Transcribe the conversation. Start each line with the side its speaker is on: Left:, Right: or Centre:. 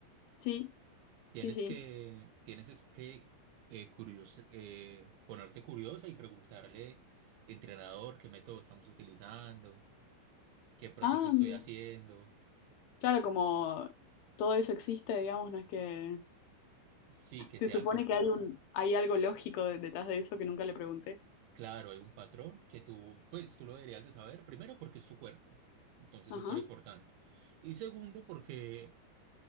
Left: Sí,
Right: Tienes
Left: sí, sí.
Right: que, tienes es que eh, curios- eh, ponerte curiosa y preguntarle, entrenador, qué método estamos utilizando, qué proceso
Left: Ah,
Right: estoy
Left: mira.
Right: haciendo.
Left: Claro, como todo eso existe, digamos, no es que
Right: Sí, que
Left: se
Right: sea
Left: supone
Right: co-
Left: que hay un, hay algo lógico de- detrás de eso que nunca le pregunté.
Right: claro, hay un patrón que tú, pues tú lo deberías de saber, primero porque es tu cuerpo, entonces
Left: Ajá.
Right: súper importante. Y segundo porque